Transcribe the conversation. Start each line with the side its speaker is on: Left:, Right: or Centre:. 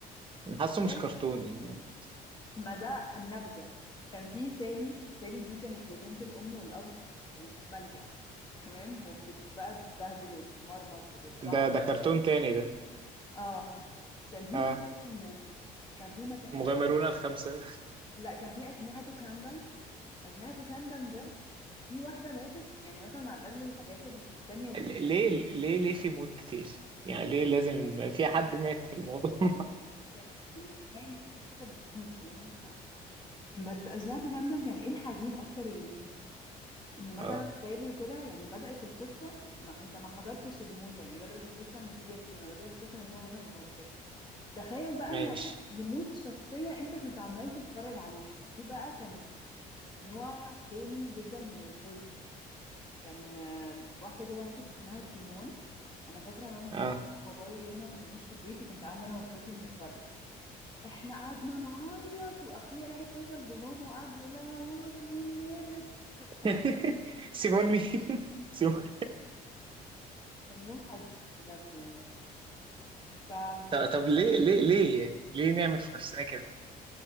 Right: أنا حاسه
Left: تخيل
Right: مش كرتون يعني
Left: ما ده النبذة كان في سالي سالي دي كانت يتيمة الأم والأب وفي ملجأ تمام وبتبقى تتبهدل وتتمرمط وتتشحطط
Right: ده ده كرتون تاني ده
Left: اه كان في
Right: اه
Left: مثلا كان في مك... آه
Right: مغامرون الخمسة
Left: لا كان في أجنحة كاندم أجنحة كاندم ده في واحدة ماتت يعني مثلا على الأقل الحاجات ال- التانية دي
Right: ل- ليه ليه ليه في موت كتير؟ يعني ليه لازم يبقى في حد مات في الموضوع؟
Left: لأن
Right: <laughs>
Left: يعني في الحقيقة الناس كانت بتموت فاهم ف... بس أجنحة كاندم كان إيه الحزين أكتر اللي فيه انه مثلا
Right: اه
Left: سالي وكده يعني بدأت القصة ما انت ما حضرتش الموتة يعني بدأت القصة ان دي يتيمة بدأت القصة ان دي مامتها متوفية تخيل بقى
Right: ماشي
Left: انك يموت شخصية انت كنت عمال تتفرج عليها دي بقى كانت نوع تاني جدا من الحزن كان آه، واحدة كده ماتت اسمها سيمون انا فاكرة مام-
Right: اه
Left: مامتي وبابايا يومها ما كانوش في البيت وكنت قاعدة انا واخواتي بنتفرج احنا قعدنا نعيط واخويا راح اتصل بماما وقعد يقول لها يا ماما سيمون ماتت <laughs> بجد
Right: <laughs>
Left: كان
Right: سيبون مين <laughs> سيبون
Left: كان يوم حزين بجد يعني فما
Right: طب طب ليه ليه ليه يعني ليه نعمل في نفسنا كده